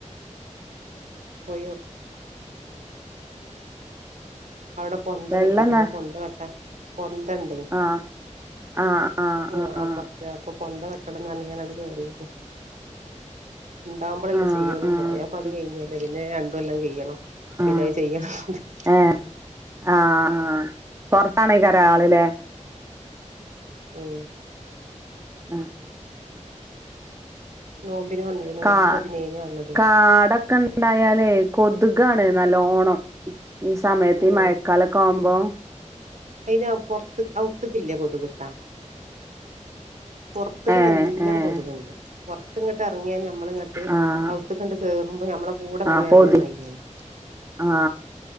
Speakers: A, on the right; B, on the right.
A: പോയോക്ക അവടെ പൊന്ത
B: വെള്ളം
A: കെട്ടിക്ക്ണ്ട്
B: ന
A: അ പൊന്ത വെട്ടാൻ പൊന്തണ്ടേ
B: ആഹ് ആഹ് ആഹ്
A: ആ
B: ആഹ്
A: അപ്പർത്ത് അപ്പൊ പൊന്ത വെട്ടണം ന്ന് പർഞ്ങ്ങാണ്ട് അണ്ട് കേറീര്ന്ന് ണ്ടാവുമ്പളല്ലേ
B: ആഹ്
A: ചെയ്യൊള്ളു പോയാപ്പത്
B: ആഹ്
A: കയ്ഞ്ഞല്ലൊ പിന്നെ രണ്ട് കൊല്ലം കെയ്യണം പിന്നത്
B: ആഹ്
A: ചെയ്യ <unintelligible>
B: ഏഹ് ആഹ് ആഹ് പൊർത്താണേക്കാരം ആള് ലെ
A: ഉം
B: ആഹ്
A: നോമ്പിന് വന്നേ നോമ്പ്
B: കാ
A: പതിനേഴിന് വന്നതേ
B: കാടൊക്കെൺ ണ്ടായാലേ കൊതുകാണ് നല്ലോണം ഈ സമയത്ത്
A: ഉം
B: ഈ മഴക്കാലൊക്കാവുമ്പോ
A: അയ്ന് പൊർത്ത് ഔത്ത്ക്കില്ല കൊതുക് ട്ടോ പുറത്തക്ക്
B: ഏഹ്
A: നല്ല
B: ഏഹ്
A: കൊതുകുണ്ട് പുറത്ത് ഇങ്ങോട്ട് ഇറങ്ങിയ നമ്മൾങ്ങ ട്ട്
B: ആഹ്
A: അത്ത് കണ്ട് കേറുമ്പോ നമ്മള കൂടെ അങ്ങനെ
B: ആഹ്
A: വരണ്ട
B: പൊതി
A: മതിരിയാണ്
B: ആഹ്